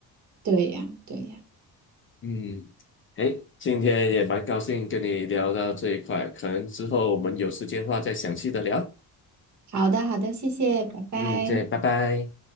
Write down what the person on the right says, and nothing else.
对呀，对呀。
好的，好的，谢谢，拜拜。